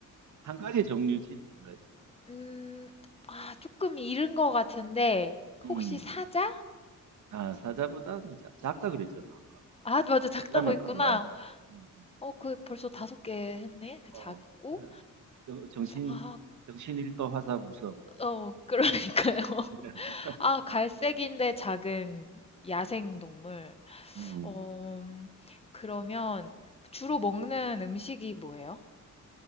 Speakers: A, on the right; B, on the left.
A: 한 가지 종류지, 한 가지.
B: 음, 아, 조금 이른 것 같은데,
A: 음.
B: 혹시 사자?
A: 아, 사자보다는 작, 작다 그랬잖아, 아까.
B: 아, 맞아, 작다고
A: 나는
B: 했구나.
A: 그거, 어. 음, 음.
B: 어, 그 벌써 다섯 개 했네? 그
A: 어.
B: 작고?
A: 그래. 정- 정신,
B: 아,
A: 정신일도 화사무성.
B: 어, 그러니까요. <laughs>
A: <laughs>
B: 아, 갈색인데 작은 야생 동물.
A: 음.
B: 어, 음, 그러면 주로 먹는 음식이 뭐예요?